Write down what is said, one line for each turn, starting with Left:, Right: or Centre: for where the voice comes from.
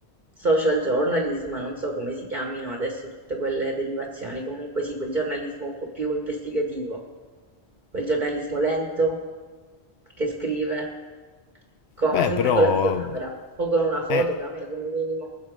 Right: social journalism, non so come si chiamino adesso tutte quelle derivazioni, comunque sì, quel giornalismo un po' più investigativo, quel giornalismo lento che scrive, co-
Left: Beh,
Right: sempre
Left: però...
Right: con la videocamera o con una fotocamera
Left: Eh,
Right: come minimo.